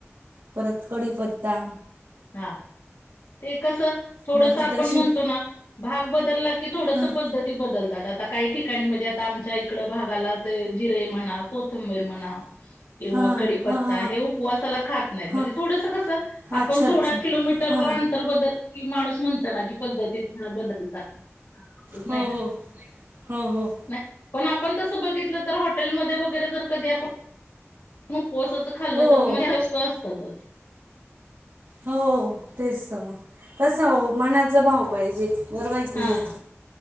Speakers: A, on the right; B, on the left.
A: परत कडिपत्ता.
B: हा. ते कस थोडस
A: मग
B: आपण
A: ती तशी
B: म्हणतो ना. भाग बदलला की थोडस
A: हां
B: पद्धत ती, बदलतात. आता काही ठिकाणी म्हणजे आता आमच्या इकड भागाला ते जिरे म्हणा, कोथंबीर म्हणा
A: <inaudible>
B: ते किंवा कडीपत्ता,
A: हां हां
B: हे उपवासाला खात नाहीत.
A: हां
B: म्हणजे थोडस कसं
A: अच्छा
B: आप पण थोडा
A: अच्छा
B: किलोमीटर
A: हां
B: वर अंतर बदल की माणूस म्हणत ना, कि पद्धतीन बदलतात. असं होतंच नाही
A: हो,
B: का?
A: हो, हो, हो.
B: नाही, पण आपण तसं बघितलं तर हॉटेलमध्ये वगैरे जर कधी आपण उपवासच त खाल्ल.
A: हो
B: तर त्या मध्ये वस्तू असतातच.
A: हो तेच तर मग. कसं हो मनाचा भाव पाहिजे. गर्व हाय किणी
B: हा.